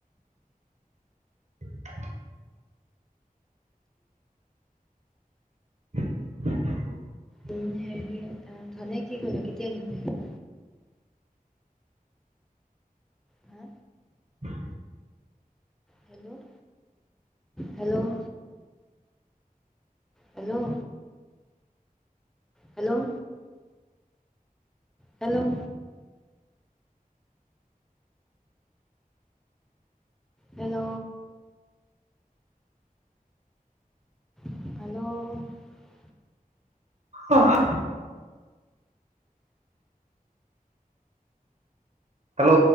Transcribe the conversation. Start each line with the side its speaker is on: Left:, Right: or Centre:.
Right: <inaudible> <inaudible>
Centre: উম, হেৰি অ' অ' ধনে কি কলো কেতিয়া নিবহি? হা
Right: <unintelligible>
Centre: hello hello hello hello hello hello hello
Right: অ' হেল্ল'